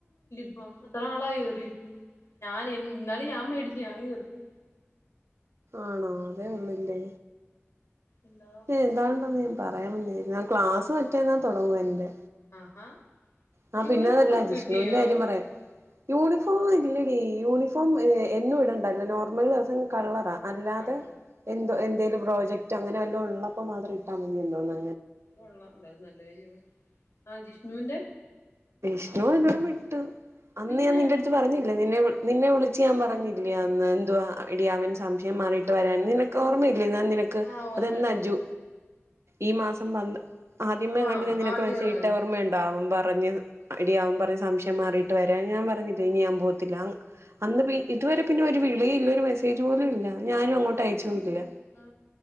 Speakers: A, on the left (about 90°); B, on the right (about 70°).
A: അപ്പ അത്രത്ര നളാ എറിട്ട് ഞൻ എ എന്നാലും ഞാൻ മേടിച്ചു ഞാന എറങ്ങ
B: ആണോ അതേ ഉള്ളില്ലേ
A: എല്ലാ കൊച്ചിനും
B: എന്താണ്ടെന്ന്
A: കേ-
B: ഞൻ പറയാമെന്ന ഞാൻ ക്ലാസ് മറ്റേന്നാ തുടങ്ങുവണ്ട്
A: ആഹാ
B: ആഹ
A: യൂണിഫോം
B: പിന്നെ അതല്ല
A: ഒക്കെ
B: ജിഷ്ണുവിന്റെ
A: കിട്ടിയോ
B: കാര്യം പറയാം യൂണിഫോം ഇല്ലടിീ യൂണിഫോം എന്നും ഇടേണ്ടല്ലോ നോർമൽ ട്രസ് കളറാ അല്ലാതെ
A: കള്ള
B: എന്തോ എന്തേലിലും പ്രോജക്റ്റ് അങ്ങനെ വല്ലോ ഉള്ളപ്പോൾ മാത്രം ഇട്ടാൽ മതിയ ഉണ്ടോന്ന്
A: കൊള്ളാം എന്തായാലും നല്ല കാര്യ ആഹ് ജിഷ്ണുവിന്റെ
B: ഷ്ണവും എല്ലാം വിട്ട് അന്ന്
A: പിന്നെ
B: ഞാൻ നിന്റെ അടുത്ത് പറഞ്ഞില്ല നിന്നെ നിന്നെ വിളിച്ച് ഞാൻ പറഞ്ഞില്ല അന്ന് എന്വാ ഇട അവൻ സംശയം മാറിയിട്ട് വരാൻ നിനക്ക് ഓമ്മയി എന്നാ നിനക്ക്
A: ആ ഓർമ്മയുണ്ട്
B: അതെന്താ
A: ഓർമ്മ
B: ജു ഈ മാസം പ ആദ്യമേ.
A: ആ
B: ഞങ്ങട്ട് ഞാൻ നിനക്ക്
A: ആദ്യം
B: മസേജ്
A: എങ്ങാണ്ട്
B: ഇട്ടത് ഓർമയുണ്ടോ മിംബർ പറഞ്ഞഞ് അടിയവൻ പറഞ്ഞഞ് സംശയം മാറിയിട്ട് വരാൻ ഞാൻ പറഞ്ഞില്ല ഇന അൻ പോവത്തില്ല അന്ന് ഇതുവരെ പിന്നെ ഒരു വിളി ഇല്ല ഒരു മെസ്സേജ് പോലും ഇല്ല ഞാനും അങ്ങോട്ട്
A: മെസ്സേജ്
B: അയച്ച
A: അയച്ചില്ലേ
B: പോോല്ല
A: ആ